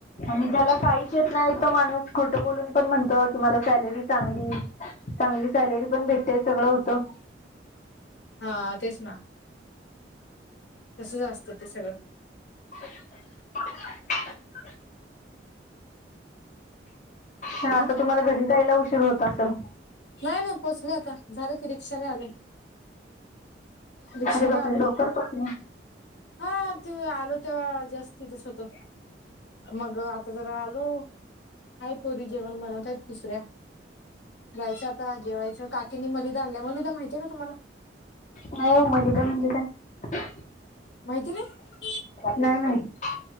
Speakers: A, on the left; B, on the left.
A: आणि ज्याला काहीच येत नाही. तो माणूस खोटं बोलून पण म्हणतो कि, मला सॅलरी चांगली चांगली सॅलरी पण भेटते, सगळं होतं.
B: हा, तेच ना. तसंच असतं, ते सगळं.
A: <unintelligible> <inaudible> पण आता
B: मग
A: तुम्हाला, घरी जायला उशीर होत असंल.
B: नाही-नाही पोहचले आता, झालं की रिक्षाने आले. रिक्षाने
A: अरे बापरे
B: आले.
A: लवकर पोहोचले
B: हां, ते आलो तेव्हा जास्त तिथंच होतं. मग आता जरा आलो. आहे पोरी, जेवण बनवतात दूसऱ्या जायचं आता, जेवायचं. काकीनी मलिदा आणलाय, मलिदा माहितीय का तुम्हाला?
A: नाही हो. मलिदा म्हणजे काय?
B: माहिती नाही?
A: नाही, माहित.